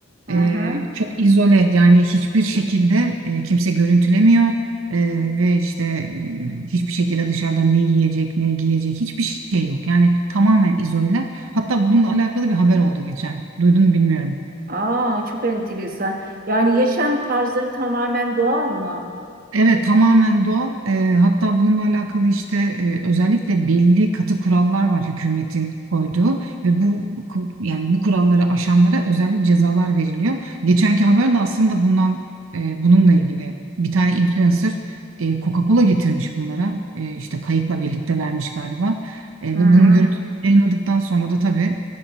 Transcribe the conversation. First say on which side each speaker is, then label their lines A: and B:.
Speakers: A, on the right; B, on the right.
A: Hı
B: E,
A: hı.
B: çok izole yani hiçbir şekilde e, kimse görüntülemiyor. E, ve işte e, hiçbir şekilde dışarıdan ne yiyecek ne giyecek hiçbir şey yok. Yani tamamen izoleler. Hatta bununla alakalı bir haber oldu geçen. Duydun mu bilmiyorum.
A: Aa, çok enteresan. Yani yaşam tarzları tamamen doğal mı?
B: Evet tamamen doğal. Eee, hatta bununla alakalı işte eee, özellikle belli katı kurallar var hükümetin koyduğu ve bu ku- yani bu kuralları aşanlara özel cezalar veriliyor. Geçenki haber de aslında bundan eee, bununla ilgili bir tane influencer eee, Coca-Cola getirmiş bunlara Eee, işte kayıkla birlikte vermiş galiba Eee,
A: Hı
B: ve
A: hı.
B: bunun görüntüsü yayınladıktan sonra da tabii